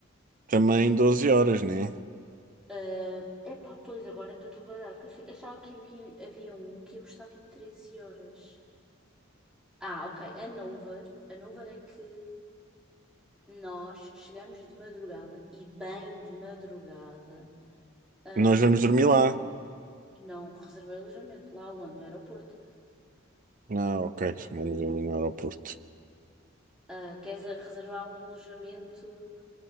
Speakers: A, on the right; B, in the centre.
A: também 12 horas, né?
B: É, epá, pois agora é que eu estou baralhada. Porque eu sei- eu achava que havia, havia um que ia mostrar tipo 13 horas. Ah, ok. A Nover. A Nover é que nós chegamos de madrugada e bem de madrugada. ahm,
A: Nós vamos dormir lá.
B: não reservei alojamento lá onde, no aeroporto.
A: Ah, ok, vamos dormir no aeroporto.
B: Ah, queres a- reservar um alojamento